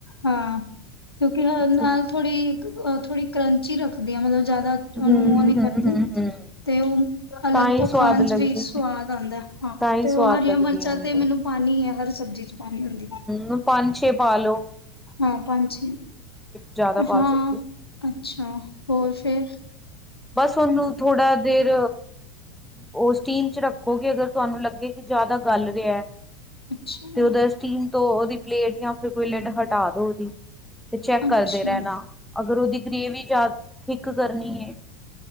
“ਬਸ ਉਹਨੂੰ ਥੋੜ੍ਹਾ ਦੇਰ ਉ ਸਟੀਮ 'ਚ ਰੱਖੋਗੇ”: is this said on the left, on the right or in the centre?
Centre